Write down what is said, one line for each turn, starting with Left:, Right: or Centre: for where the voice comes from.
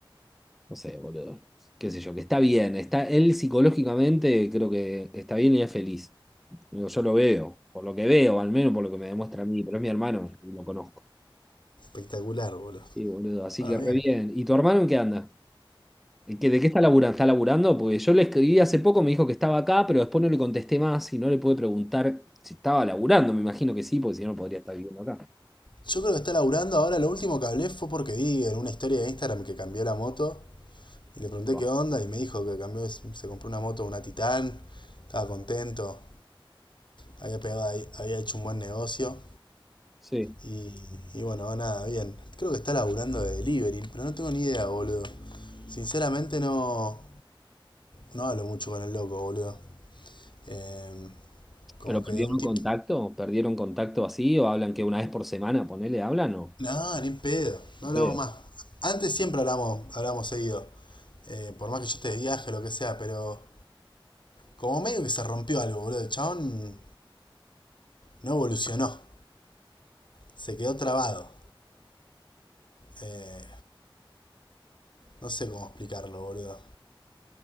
Centre: no sé, boludo, qué sé yo, que está bien, está, él psicológicamente creo que está bien y es feliz. Digo, yo lo veo, por lo que veo, al menos por lo que me demuestra a mí, pero es mi hermano y lo conozco.
Left: Espectacular, boludo.
Centre: Sí, boludo, así
Left: Bueno,
Centre: que
Left: bien.
Centre: re bien. ¿Y tu hermano en qué anda? ¿En qué- ¿De qué está laburando? ¿Está laburando? Porque yo le escribí hace poco, me dijo que estaba acá, pero después no le contesté más y no le pude preguntar si estaba laburando. Me imagino que sí, porque si no, no podría estar viviendo acá.
Left: Yo creo que está laburando ahora. Lo último que hablé fue porque vi en una historia de Instagram que cambió la moto Y le pregunté
Centre: Capaz.
Left: qué onda y me dijo que cambió, se compró una moto, una Titan estaba contento, había pegado ahí, había hecho un buen negocio.
Centre: Sí.
Left: Y, y bueno, nada, bien. Creo que está laburando de delivery, pero no tengo ni idea, boludo. Sinceramente no, no hablo mucho con el loco, boludo. Eh, como
Centre: ¿Pero perdieron
Left: que de un tipo...
Centre: contacto? ¿Perdieron contacto así? ¿O hablan que una vez por semana, ponele, hablan o?
Left: No, ni en pedo, no hablamos
Centre: pedo.
Left: más. Antes siempre hablamos, hablamos seguido. Eh, por más que yo esté de viaje, o lo que sea, pero como medio que se rompió algo, boludo. El chabón no evolucionó. se quedó trabado. Eh, no sé cómo explicarlo, boludo.